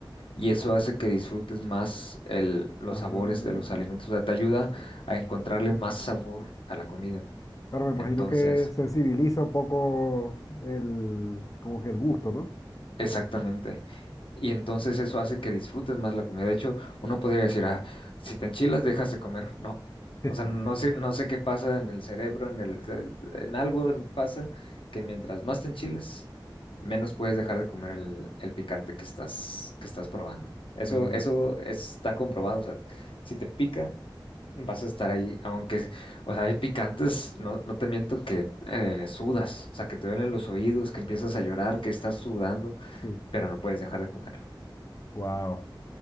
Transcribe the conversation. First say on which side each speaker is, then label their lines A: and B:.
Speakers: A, on the left; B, on the left.
A: y eso hace que disfrutes más el- los
B: Ah,
A: sabores de los alimentos, o sea, te ayuda a encontrarle más sabor a la comida.
B: claro, me
A: Entonces,
B: imagino que sensibiliza un poco el, como que el gusto, ¿no?
A: Exactamente. Y entonces eso hace que disfrutes más la comida. De hecho, uno podría decir, ah, si te enchilas, dejas de comer. No.
B: <laughs>
A: O sea, no sé, no sé qué pasa en el cerebro, en el, en algo pasa que mientras más te enchiles, menos puedes dejar de comer el, el picante que estás, que estás probando. Eso,
B: Me imagino.
A: eso está comprobado. O sea, si te pica, vas a estar ahí, aunque, o sea, hay picantes, no, no te miento que eh, sudas, o sea, que te duelen los oídos, que empiezas a llorar, que estás sudando
B: sí
A: pero no puedes dejar de comerlo.
B: Wow.